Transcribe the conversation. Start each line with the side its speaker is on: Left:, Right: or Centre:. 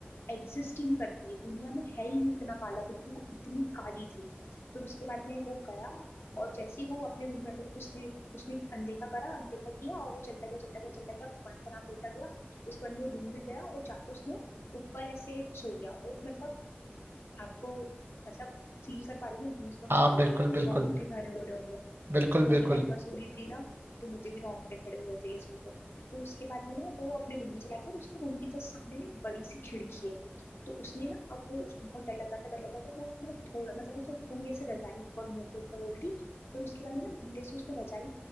Left: एग्जिस्ट ही नहीं करती है दुनिया में है ही नहीं इतना काला कुछ भी, वो इतनी काली थी फिर उसके बाद में वो गया और जैसे ही वो अपने रूम में मतलब तो उसने उसने अनदेखा करा अनदेखा किया और वो चलता गया चलता गया चलता गया भगवान का नाम लेता गया उसके बाद वो रूम में गया और जाके उसने ऊपर ऐसे सो गया और मतलब आपको मतलब फील कर पा रहे हो ना गूज बम्स
Right: हाँ
Left: आ रहे
Right: बिल्कुल
Left: होंगे आपको
Right: बिल्कुल
Left: रोंगटे खड़े हो रहे होंगे
Right: बिल्कुल
Left: जब मैंने
Right: बिल्कुल
Left: पहली बार सुनी थी ना तो मुझे भी रोंगटे खड़े हुए थे ये सुनकर फिर उसके बाद में ना वो अपने रूम में चला गया और उसके रूम के जस्ट सामने ना एक बड़ी सी खिड़की है तो उसने ना अब वो उसको बहुत डर लग रहा था डर लग रहा था वो इतना थोड़ा मतलब उसने पूरी ऐसे रजाई और मुंह के ऊपर ओढ़ ली फिर उसके बाद में ना धीरे से उसने रजाई